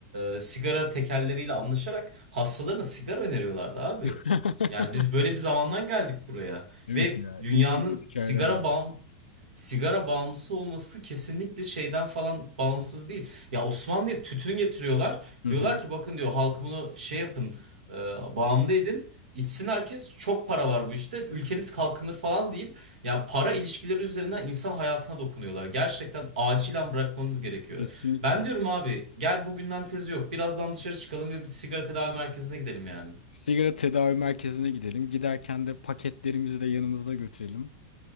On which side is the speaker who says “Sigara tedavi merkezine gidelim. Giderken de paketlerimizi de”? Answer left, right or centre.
Left